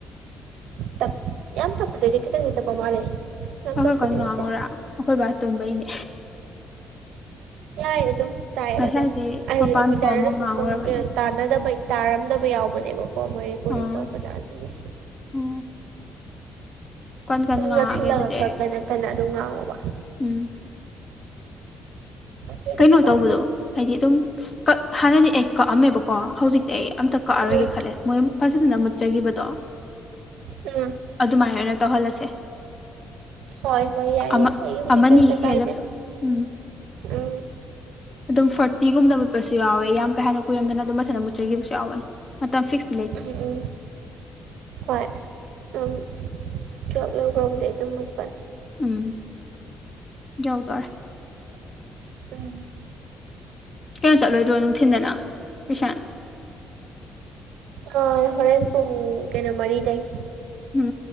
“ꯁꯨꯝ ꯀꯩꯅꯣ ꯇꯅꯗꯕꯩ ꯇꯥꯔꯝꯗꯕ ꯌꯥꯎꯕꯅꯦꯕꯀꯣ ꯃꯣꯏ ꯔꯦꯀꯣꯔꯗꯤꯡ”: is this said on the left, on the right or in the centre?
Right